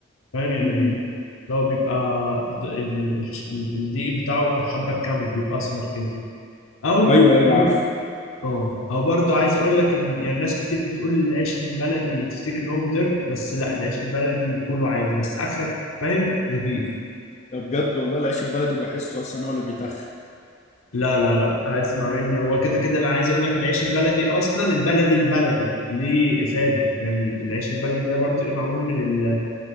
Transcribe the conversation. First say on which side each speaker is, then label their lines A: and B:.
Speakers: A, on the left (about 80°); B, on the left (about 35°).
A: فاهم يعني
B: مم.
A: اللي هو بيبقى د- ال- ال- الدقيق بتاعه الحبه الكامله بيبقى اسمر كده او
B: ايوه ايوه
A: ممكن
B: عارف
A: اه او برضو عايز اقول لك ان يعني ناس كتير بتقول العيش البلدي تفتكر ان هو مضر بس لا العيش البلدي كله عادي بس اخرك فاهم رغيف
B: ده بجد والله العيش البلدي بحسه اصلا هو اللي بيتخن
A: لا لا لا اسمع مني هو كده كده انا عايز اقول لك العيش البلدي اصلا البلدي البلدي ليه افاده يعني العيش البلدي ده برضو ايه معمول من ال